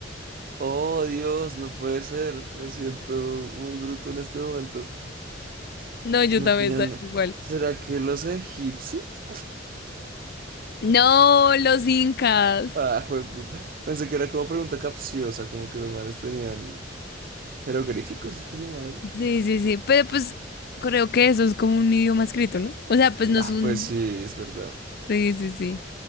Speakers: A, on the right; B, on the left.
A: Oh, Dios, no puede ser. Me siento muy bruto en este momento.
B: No, yo
A: No
B: también
A: tenían.
B: salí igual.
A: ¿Será que los egipcios?
B: No, los incas.
A: Ah, jueputa. Pensé que era como pregunta capciosa, como que los manes tenían jeroglíficos, es que se llama eso?
B: Sí, sí, sí, pero pues creo que eso es como un idioma escrito, ¿no? O sea, pues no es
A: Ah,
B: un...
A: pues sí, es verdad. <laughs>
B: Sí, sí, sí.